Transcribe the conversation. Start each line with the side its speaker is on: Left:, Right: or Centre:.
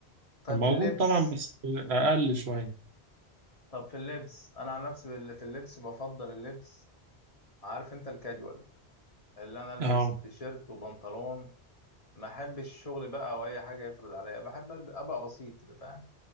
Left: طيب
Right: كان موجود
Left: في اللبس
Right: طبعا بس اقل شوية
Left: طب في اللبس انا عن نفسي بال- في اللبس بفضل اللبس عارف انت الكاجوال اللي انا البس
Right: اه
Left: تيشيرت وبنطلون ما احبش الشغل بقى او اي حاجه يفرض عليا بحب ألب- ابقى بسيط كده فاهم